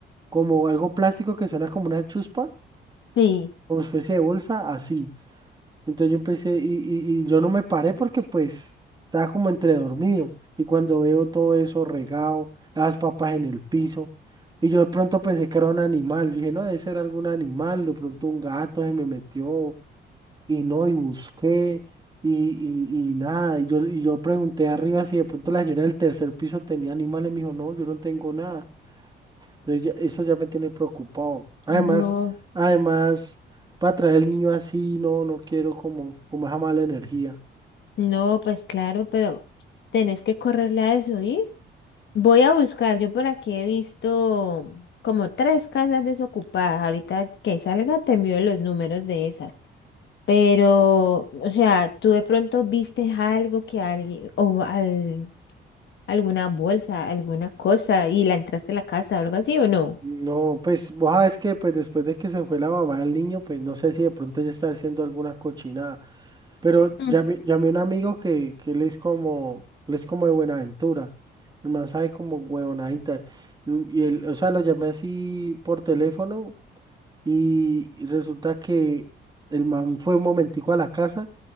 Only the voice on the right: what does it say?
como algo plástico que suena como una chuspa,
como especie de bolsa, así. Entonces yo empecé y, y- y yo no me paré porque pues estaba como entre dormido. Y cuando veo todo eso regado, las papas en el piso, y yo de pronto pensé que era un animal. Yo dije, no, debe ser algún animal, de pronto un gato se me metió y no, y busqué. Y, y, y nada, y yo, y yo pregunté arriba si de pronto la señora del tercer piso tenía animales, me dijo, no, yo no tengo nada. Entonces ya- eso ya me tiene preocupado. Además,
además, para traer al niño así, no, no quiero como, como esa mala energía.
No, pues vos sabes que pues después de que se fue la mamá del niño, pues no sé si de pronto ella está haciendo alguna cochinada. Pero
llamé, llamé a un amigo que, que él es como, él es como de Buenaventura. El man sabe como huevonaditas. Y y él, o sea, lo llamé así por teléfono Y y resulta que el man fue un momentico a la casa.